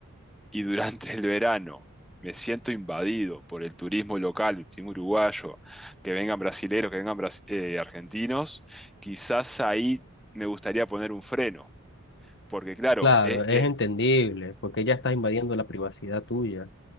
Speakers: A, in the centre; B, on the left.
A: y durante el verano me siento invadido por el turismo local, el turismo uruguayo, que vengan brasileros, que vengan bras- eh, argentinos, quizás ahí me gustaría poner un freno, porque claro,
B: Claro,
A: es,
B: es
A: es-
B: entendible, porque ya estás invadiendo la privacidad tuya.